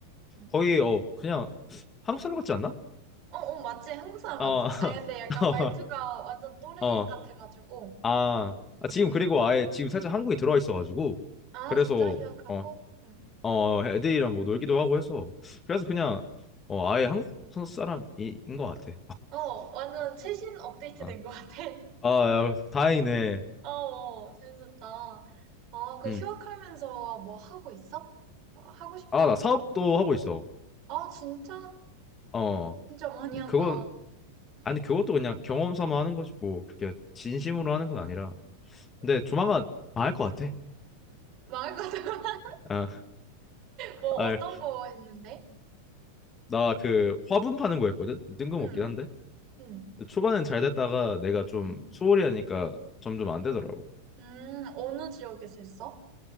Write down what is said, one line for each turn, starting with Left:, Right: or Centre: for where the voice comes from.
Right: 음.
Left: 거의 어 그냥 한국 사람 같지 않나?
Right: 어, 어, 맞지? 한국 사람
Left: 어,
Right: 맞지?
Left: <laughs>
Right: 아, 근데 약간 말투가 완전 또래
Left: 어, 어,
Right: 같아가지고.
Left: 아,
Right: 음.
Left: 아 지금 그리고 아예 지금 살짝 한국에 들어와 있어가지고
Right: 아,
Left: 그래서
Right: 진짜? 휴학하고?
Left: 어,
Right: 응.
Left: 어 애들이랑 뭐 놀기도 하고 해서 그래서 그냥 어 아예 한국 사람인 것 같아.
Right: 어, 완전 최신 업데이트
Left: <laughs> 아,
Right: 된 것 같아.
Left: 야, 다행이네.
Right: 어, 어, 재밌었다. 아, 그
Left: 음.
Right: 휴학하면서 뭐 하고 있어? 뭐 하고 싶은
Left: 아, 나
Right: 거 좀.
Left: 사업도 하고 있어.
Right: 아, 진짜?
Left: 어.
Right: 진짜 많이
Left: 근데
Right: 한다.
Left: 그건,
Right: 응.
Left: 아니, 그것도 그냥 경험 삼아 하는 거지, 뭐. 그렇게 진심으로 하는 건 아니라. 근데
Right: 음,
Left: 조만간 망할 것 같아.
Right: 말할 거다. <laughs>
Left: 아, <laughs>
Right: 뭐
Left: 아,
Right: 어떤 거 했는데?
Left: 나 그 화분 파는 거 했거든? 뜬금없긴
Right: 응,
Left: 한데.
Right: 응,
Left: 초반엔 잘 됐다가 내가 좀
Right: 응.
Left: 소홀히 하니까 점점 안 되더라고.
Right: 음, 어느 지역에서 했어?